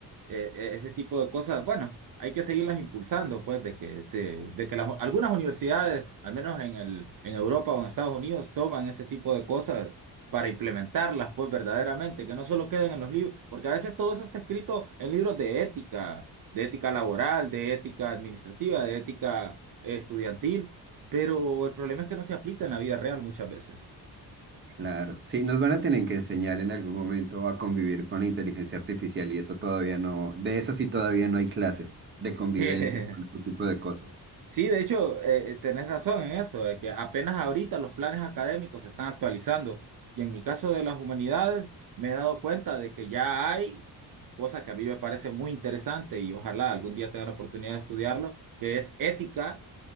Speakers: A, on the right (about 55°); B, on the right (about 30°).
A: eh, e, ese tipo de cosas, bueno, hay que seguirlas impulsando, pues, de que se, de que las, algunas universidades, al menos en el, en Europa o en Estados Unidos, toman ese tipo de cosas para implementarlas, pues, verdaderamente, que no solo queden en los libros, porque a veces todo eso está escrito en libros de ética, de ética laboral, de ética administrativa, de ética eh, estudiantil, pero el problema es que no se aplica en la vida real muchas veces.
B: Claro. Sí, nos van a tener que enseñar en algún momento a convivir con la inteligencia artificial y eso todavía no, de eso sí todavía no hay clases de convivencia
A: Sí. <laughs>
B: con este tipo de cosas.
A: Sí, de hecho, eh, eh, tenés razón en eso, de que apenas ahorita los planes académicos se están actualizando. Y en mi caso de las humanidades, me he dado cuenta de que ya hay cosa que a mí me parece muy interesante y ojalá algún día tenga la oportunidad de estudiarlo, que es ética,